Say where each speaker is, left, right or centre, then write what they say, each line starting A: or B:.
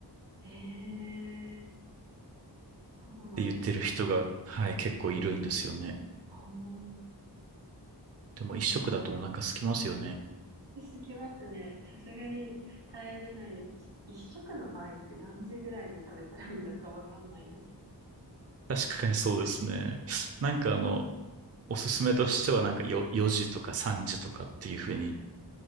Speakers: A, on the right; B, on the right.
A: ええーそうなんですね。
B: て言ってる人が、はい、結構いるんですよね。
A: あ
B: でも一食だとお腹空きますよね。
A: あ、すきますね。さすがに耐えれないですし。一食の場合って何時ぐらいに食べたらいいのかわかんないです。
B: 確かにそうですね。なんかあの、おすすめとしてはなんかよ4時とか3時とかっていうふうに